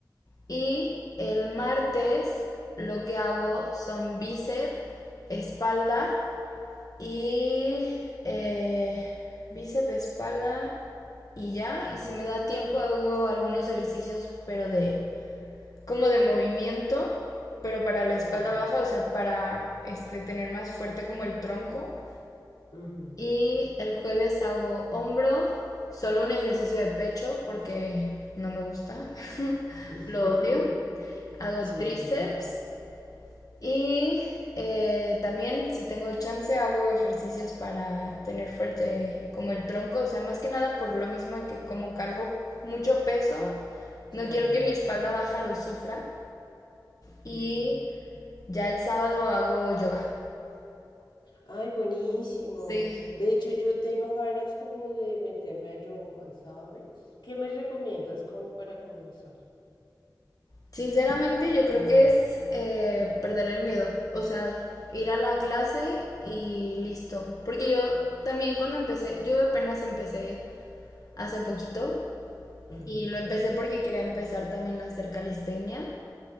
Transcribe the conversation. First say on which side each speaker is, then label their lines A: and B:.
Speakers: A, on the left; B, on the left.
A: Y el martes lo que hago son bíceps, espalda y eh, bíceps, espalda y ya. Y si me da tiempo hago algunos ejercicios, pero de como de movimiento, pero para la
B: Claro.
A: espalda baja, o sea, para este, tener más fuerte como el tronco.
B: ujú.
A: Y el jueves hago hombro, solo un ejercicio de pecho porque no me gusta, <laughs>
B: <laughs>
A: lo odio. Hago
B: Sí,
A: tríceps y eh, también si tengo chance hago ejercicios para tener fuerte como el tronco, o sea, más que nada por lo mismo de que como cargo mucho peso,
B: claro.
A: no quiero que mi espalda baja lo sufra. Y
B: ujú.
A: ya el sábado hago yoga.
B: Ay, buenísimo.
A: Sí,
B: De hecho, yo tengo ganas como de meterme a yoga, ¿sabes? ¿Qué me recomiendas como para comenzar?
A: Sinceramente, yo creo que es eh, perder el miedo, o sea, ir a la clase y listo. Porque yo también cuando empecé, yo apenas empecé hace poquito
B: Ujú,
A: y lo empecé porque quería empezar también a hacer calistenia.